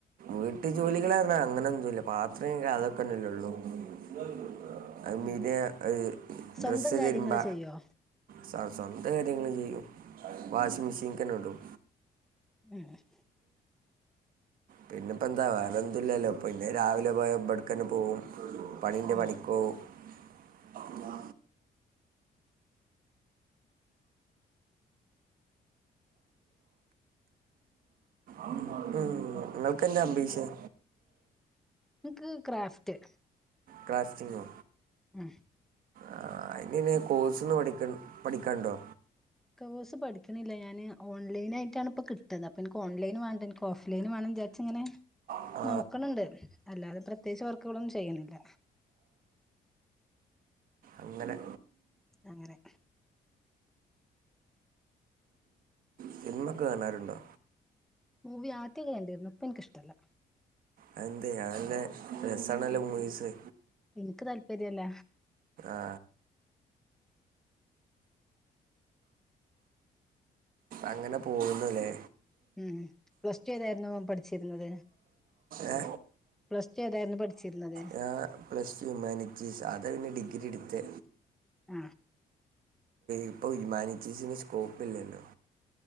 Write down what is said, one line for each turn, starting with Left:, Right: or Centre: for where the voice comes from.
Right: വീട്ടിൽ ജോലികളന്ന അങ്ങനൊന്നുല്ല പാത്രം കഴുക അതൊക്കെന്നല്ലള്ളു <unintelligible>
Centre: ഉം സ്വന്തം
Right: ഡ്രസ്സ്
Centre: കാര്യങ്ങള്
Right: തിരുമ്പ
Centre: ചെയ്യോ
Right: സ്വന്തം കാര്യങ്ങള് ചെയ്യും. വാഷിങ്മിഷിൻ <unintelligible>
Centre: <unintelligible>
Right: പിന്നെപ്പെന്താ വേറെ എന്തൂല്ലല്ലോ പിന്നെ രാവിലെ പോയ ഇബടെക്കന്നെ പോവും. പണിൻ്റെ
Centre: ഉം
Right: പണിക്കോകും ആ ഉം നിങ്ങൾക്ക് എന്താ അംബിഷൻ
Centre: എനിക്ക് ക്രാഫ് റ്റ്
Right: ക്രാഫ്റ്റിംഗോ
Centre: ഉം
Right: ആ അയ്നയ്ന് കോഴ്സ്ന്ന് പഠിക്ക പഠിക്കാണ്ടോ?
Centre: കോഴ്സ് പഠിക്കണില്ല ഞാന് ഓൺലൈനായിട്ടാണ് ഇപ്പ കിട്ട്ണ അപ്പം ഇൻക്ക് ഓൺലൈന് വേണ്ട ഓഫ്‌ ലൈൻ വേണം വിചാരിച്ച് ഇങ്ങനെ
Right: ആ,
Centre: നോക്കണണ്ട് അല്ലാതെ പ്രത്യേകിച്ച് വ ക്കുകളും ചെയ്യണില്ല
Right: അങ്ങനെ
Centre: അങ്ങനെ
Right: സിനിമ ഒക്കെ കാണാറുണ്ടോ
Centre: മൂവി ആദ്യൊക്കെ കണ്ടിരുന്നു ഇപ്പെനിക്കിഷ്ടല്ല.
Right: അതെന്തേ നല്ല രസാണല്ലോ മൂവീസ്.
Centre: എനിക്ക് താല്പര്യല്ല
Right: ആാ അങ്ങനെ പോകുന്നുല്ലേ
Centre: ഉം പ്ലസ് ടു ഏതായിരുന്നു പഠിച്ചിരുന്നത്
Right: എ
Centre: പ്ലസ് ടു ഏതായിരുന്നു പഠിച്ചിരുന്നത്
Right: ഞാ പ്ലസ്ടു ഹ്യമാനിറ്റീസ് അതാ പിന്നെ ഡിഗ്രി ഇട്ത്തെ.
Centre: ആ
Right: ഇപ്പോൾ ഹിമാനിറ്റീസിനു സ്കോപ്പ് ഇില്ലല്ലോ